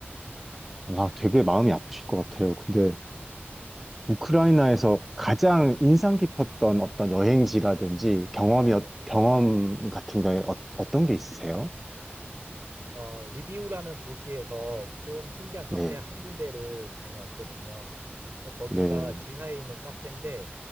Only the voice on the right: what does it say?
어, 리비우라는 도시에서 좀 신기한 카페
한 군데를 다녀왔거든요. 거기가
지하에 있는 카페인데,